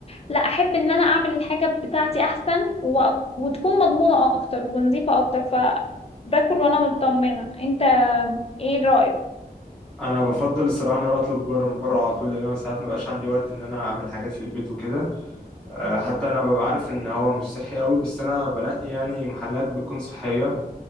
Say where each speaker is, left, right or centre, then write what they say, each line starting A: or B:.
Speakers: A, on the left; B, in the centre.
A: لا احب ان انا اعمل الحاجة بتاعتي احسن و... وتكون مضمونة اكتر ونظيفة اكتر فباكل وانا مطمنة انت ايه رأيك
B: انا بفضل الصراحه ان انا اطلب بره من بره على طول لان انا ساعات ما بقاش عندي وقت ان انا اعمل حاجات في البيت وكده أه، حتى انا ببقى عارف ان هو مش صحي قوي بس انا بنقي يعني محلات بتكون صحيه